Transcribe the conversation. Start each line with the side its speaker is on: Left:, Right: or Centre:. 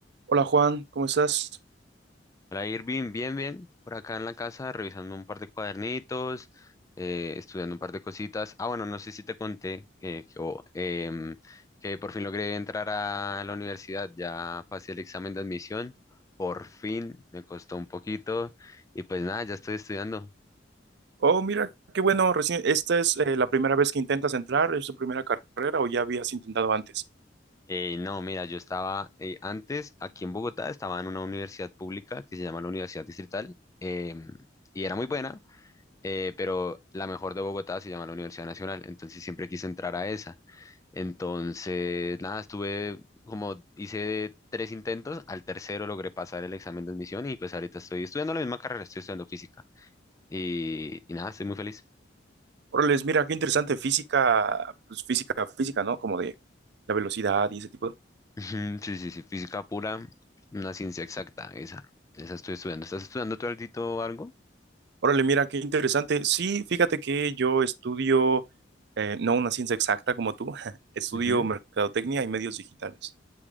Right: Hola Juan, ¿cómo estás?
Left: Hola Irving, bien, bien. Por acá en la casa revisando un par de cuadernitos, eh, estudiando un par de cositas. Ah, bueno, no sé si te conté eh, que, o- em, que por fin logré entrar a la universidad. Ya pasé el examen de admisión. Por fin, me costó un poquito. Y pues nada, ya estoy estudiando.
Right: Oh, mira, qué bueno, recién, esta es eh, la primera vez que intentas entrar, ¿es tu primera carrera o ya habías intentado antes?
Left: Eh, no, mira, yo estaba eh, antes aquí en Bogotá, estaba en una universidad pública que se llama la Universidad Distrital. em, y era muy buena, eh, pero la mejor de Bogotá se llama la Universidad Nacional, entonces siempre quise entrar a esa. Entonces, nada, estuve como hice tres intentos, al tercero logré pasar el examen de admisión y pues ahorita estoy estudiando la misma carrera, estoy estudiando física y, y nada, estoy muy feliz.
Right: Órale, mira, qué interesante, física, pues física, física, ¿no? Como de la velocidad y ese tipo de...
Left: <laughs> Ujú, Sí, sí, sí, física pura, una ciencia exacta, esa, esa estoy estudiando. ¿Estás estudiando tú altito algo?
Right: Órale, mira, qué interesante. Sí, fíjate que yo estudio, eh, no una ciencia exacta como tú, <laughs> estudio
Left: Ujú.
Right: mercadotecnia y medios digitales.